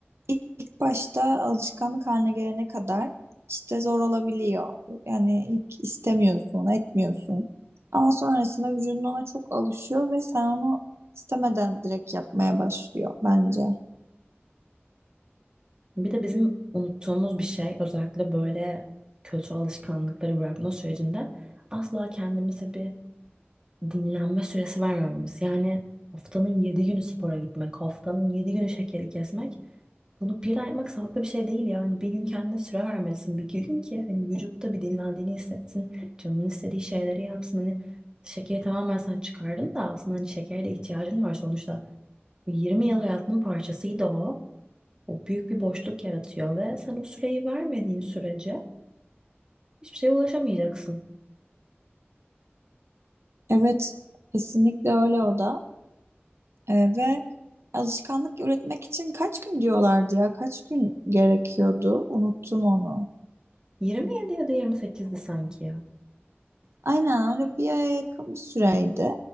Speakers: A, on the right; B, on the right.
A: İlk ilk başta alışkanlık haline gelene kadar işte zor olabiliyor. Yani ilk istemiyorsun, etmiyorsun. Ama sonrasında vücudun ona çok alışıyor ve sen onu istemeden direkt yapmaya başlıyor bence.
B: Bir de bizim unuttuğumuz bir şey özellikle böyle kötü alışkanlıkları bırakma sürecinde asla kendimize bir dinlenme süresi vermememiz. Yani haftanın 7 günü spora gitmek, haftanın 7 günü şekeri kesmek Bunu bir ay yapmak sağlıklı bir şey değil yani. Bir gün kendine süre vermelisin. Bir gün ki hani vücutta bir dinlendiğini hissetsin. Canının istediği şeyleri yapsın. Hani şekeri tamamen sen çıkardın da aslında hani şekere de ihtiyacın var sonuçta. Bu 20 yıl hayatının parçasıydı o. O büyük bir boşluk yaratıyor ve sen o süreyi vermediğin sürece hiçbir şeye ulaşamayacaksın.
A: Evet, kesinlikle öyle o da. Ee, ve alışkanlık üretmek için kaç gün diyorlardı ya? Kaç gün gerekiyordu? Unuttum onu.
B: 27 ya da 28'di sanki ya.
A: Aynen öyle bir aya yakın bir süreydi.